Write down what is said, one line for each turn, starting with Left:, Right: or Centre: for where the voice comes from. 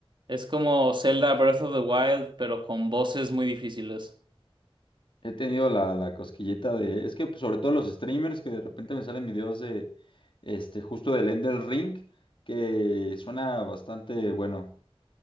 Right: Es como Zelda Breath of the Wild, pero con voces muy difíciles.
Left: He tenido la, la cosquillita de, es que pues, sobre todo los streamers que de repente me salen videos de, este, justo del Elden Ring, que suena bastante bueno.